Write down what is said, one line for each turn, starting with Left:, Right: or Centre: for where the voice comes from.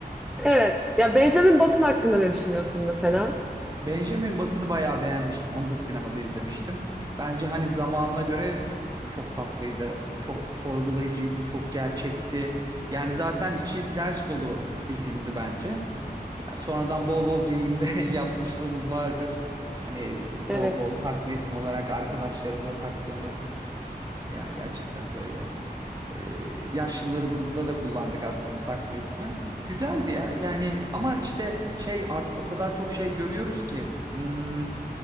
Centre: Evet. Ya Benjamin Button hakkında ne düşünüyorsun mesela?
Right: Benjamin Button'ı bayağı beğenmiştim. Onu da sinemada izlemiştim. Bence hani zamanına göre çok tatlıydı. Çok sorgulayıcıydı, çok gerçekti. Yani zaten içi ders dolu bir filmdi bence. Ya sonradan bol bol geyiğini de <laughs> yapmışlığımız vardır. Hani bol
Centre: Evet.
Right: bol takma isim olarak arkadaşlarımıza taktığımız veya gerçekten böyle e, yaşlılarımızda da kullandık aslında bu takma ismi. Güzeldi ya yani ama işte şey artık o kadar çok şey görüyoruz ki. Hmm,